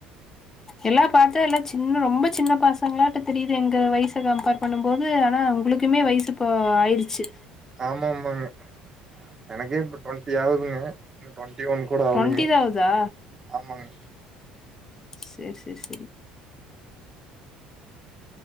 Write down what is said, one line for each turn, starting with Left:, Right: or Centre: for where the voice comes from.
Left: எல்லாம் பாத்த எல்லாம் சின்ன ரொம்ப சின்ன பாச் சங்களாட்ட தெரியுது எங்க வயசை கம்பேர் பண்ணும் போது ஆனா உங்களுக்குமே வயசு இப்போ ஆயிடுச்சு
Right: ஆமா ஆமாங்க எனக்கே இப்ப ட்வெண்ட்டி ஆகுதுங்க இன்னு ட்வெண்டி ஒன் கூட அவ்ளுங்க
Left: டுவெண்ட்டி தா ஆவுதா
Right: ஆமாங்க
Left: செரி செரி செரி